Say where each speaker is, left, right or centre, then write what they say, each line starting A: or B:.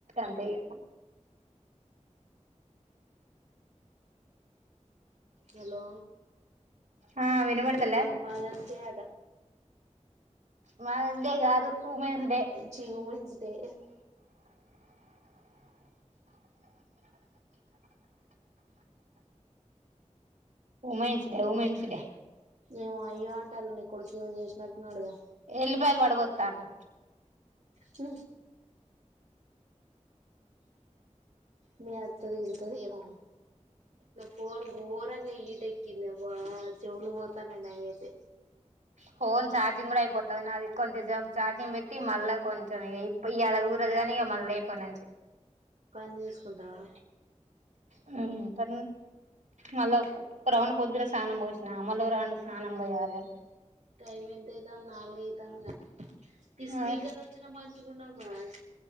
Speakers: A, on the right; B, on the right.
A: అంతే ఈగ
B: హలో
A: ఆ వినబడతలే
B: ఇవాళ మదర్స్ డే ఆటా
A: మదర్స్ డే కాదు వుమెన్స్ డే
B: చి women's day
A: women's day women's day
B: ఏేం అయ్య అంటాల నీ కొడుకు ఏంో చేసినట్టున్నాడుగా
A: ఎల్లి బయలు పడిపోతాడు
B: హ మీ అతది విత ఏమో ఇ ఫోన్ ఘోరంగా హీట్కింది బా చెవుళు పోతానాయి నావి అయితే
A: ఫోన్ ఛార్జింగ్ కూడా అయిపోతుంది నాది కొంచెం చఛార్జింగ్ పెట్టి మళ్ళీ కొంచెం ఇ అలా కురదు కానిక మళ్ళీ అయిపోనుంచి
B: పని చేసుకుంటావా
A: హ్మ్మ్ ప మళ్ళా ఒక రౌండ్ పొద్దున స్నానం పోసినా మళ్ళీ ఒక రౌండు స్నానం పోయాలి
B: టైమ్ ఎంత అయితంది నాలుగ అయితాందా ఈ స్పీకర్
A: మరి
B: వచ్చినా మంచికుండ బాస్